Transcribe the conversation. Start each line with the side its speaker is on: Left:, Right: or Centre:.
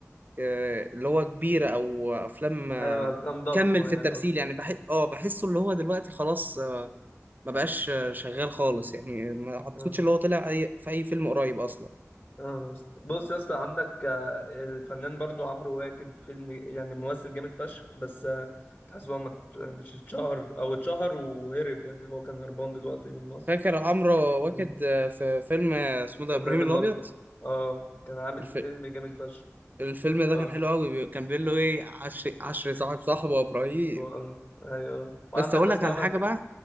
Right: آه، اللي هو كبيره او افلام آه،
Left: ايوه افلام ضخمة
Right: كمل في
Left: يعني
Right: التمثيل
Left: قصدي
Right: يعني بحس اه بحسه اللي هو دلوقتي خلاص آه، ما بقاش آه، شغال خالص يعني ما اعتقدش
Left: اه
Right: اللي هو طلع اي في اي فيلم قريب اصلا
Left: اه بس- بص يا اسطى عندك آه، الفنان برضو عمرو واكد فيلم يعني ممثل جامد فشخ بس آه، تحس هو ما ات- مش اتشهر او اتشهر وهرب يعني هو كان هربان دلوقتي من مصر
Right: فاكر عمرو واكد
Left: اه
Right: آه، في فيلم آه، اسمه ده
Left: ابراهيم
Right: ابراهيم الابيض
Left: الابيض اه كان عامل
Right: الف...
Left: فيلم جامد فشخ
Right: الفيلم ده
Left: اه
Right: كان حلو قوي بي- كان بيقول له ايه عشر عشر صاحب صاحبه يا ابراهيم
Left: و- آه، ايوه وعندك
Right: بس اقول
Left: يا
Right: لك
Left: اسطى
Right: على
Left: عمل
Right: حاجه بقى